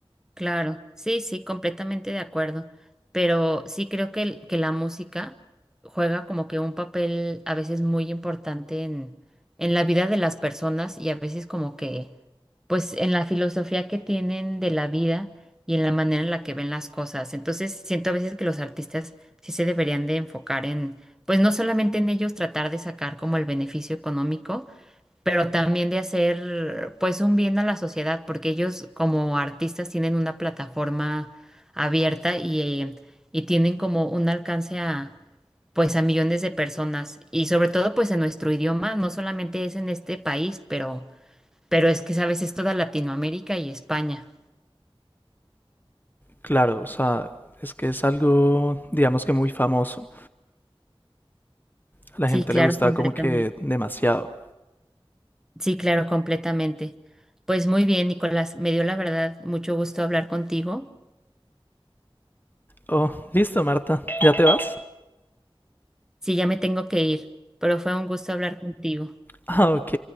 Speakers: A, in the centre; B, on the left.
A: Claro, sí, sí, completamente de acuerdo. Pero sí creo que, el- que la música juega como que un papel a veces muy importante en, en la vida de las personas y a veces como que, pues en la filosofía que tienen de la vida y en la manera en la que ven las cosas. Entonces siento a veces que los artistas sí se deberían de enfocar en, pues no solamente en ellos tratar de sacar como el beneficio económico, pero también de hacer pues un bien a la sociedad, porque ellos como artistas tienen una plataforma abierta y, eh, y tienen como un alcance a pues a millones de personas y sobre todo pues en nuestro idioma, no solamente es en este país, pero pero es que sabes, es toda Latinoamérica y España.
B: Claro, o sea, es que es algo, digamos que muy famoso. A la
A: Sí,
B: gente
A: claro,
B: le gusta
A: completamente.
B: como que demasiado.
A: Sí, claro, completamente. Pues muy bien, Nicolás, me dio la verdad mucho gusto hablar contigo.
B: Oh, listo, Marta, ¿ya te vas?
A: Sí, ya me tengo que ir, pero fue un gusto hablar contigo.
B: Ah, ok,